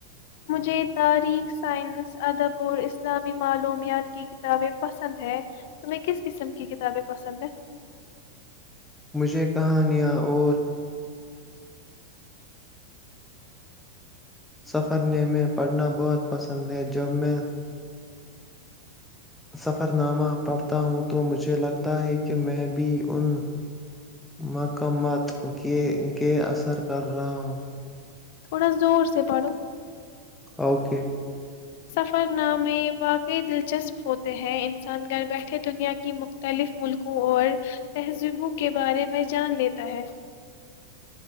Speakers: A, on the left; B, in the centre.
A: مجھے تاریخ سائنس ادب اور اسلامی معلومیات کی کتابیں پسند ہے تمہیں کس قسم کی کتابیں پسند ہیں
B: مجھے کہانیاں اور سفر نے میں پڑھنا بہت پسند ہے جب میں سفرنامہ پڑھتا ہوں تو مجھے لگتا ہے کہ میں بھی ان مکمت کے اثر کر رہا ہوں
A: تھوڑا زور سے پڑو
B: اوکے
A: سفر نامے واقعی دلچسپ ہوتے ہیں انسان گھر بیٹھے دنیا کی مختلف ملکوں اور تہذیبوں کے بارے میں جان لیتا ہے